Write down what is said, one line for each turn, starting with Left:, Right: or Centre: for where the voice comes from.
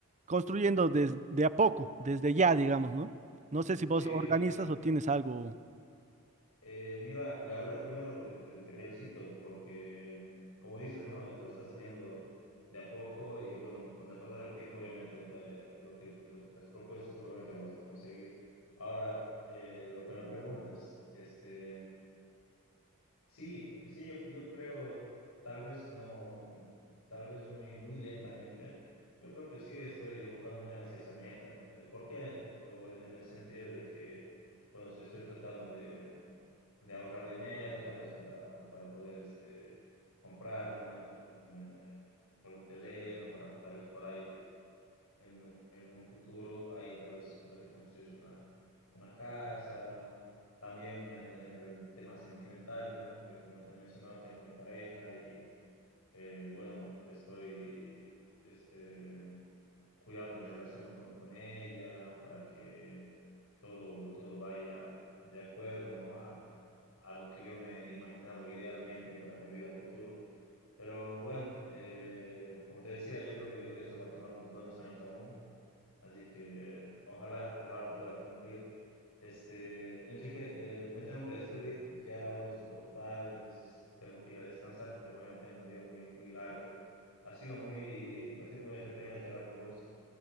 Right: construyendo desde de a poco, desde ya, digamos, ¿no? No sé si vos
Left: Sí,
Right: organizas o tienes algo.
Left: Eh, mira, la verdad, primero eh, te, te felicito porque, como dices, ¿no? Lo estás haciendo de a poco y bueno, con el pasar del tiempo, obviamente, eh, lo que, lo que te has propuesto seguramente lo vas a conseguir. Ahora, eh, lo que me preguntas, este, sí, sí, yo, yo creo, tal vez no, tal vez muy, muy lentamente, yo creo que sí estoy enfocándome hacia esa meta. Eh, ¿por qué? O en, en el sentido de que, bueno, estoy tratando de de ahorrar dinero, tal vez para, para poder este, comprar ¿no? Eh, en, en algún terreno, para tal vez por ahí en, un- en un futuro, ahí tal vez poder construir una, una casa. También en el, en el tema sentimental, ¿no? Eh, Como te he mencionado, tengo mi pareja y eh, bueno, estoy este, cuidando mi relación con, con ella para que todo, todo vaya de acuerdo, ¿no? A, a lo que yo me he imaginado idealmente para mi vida futuro. Pero bueno, eh, como te decía, yo creo que eso va a tomar unos buenos años aún. Así que ojalá, ojalá lo pueda cumplir. Este, Enrique, eh, me tengo que despedir. Ya, bueno, es un poco tarde, entonces tengo que ir a descansar porque mañana tengo un día muy, muy largo. Ha sido muy, ha sido muy entretenido charlar con vos.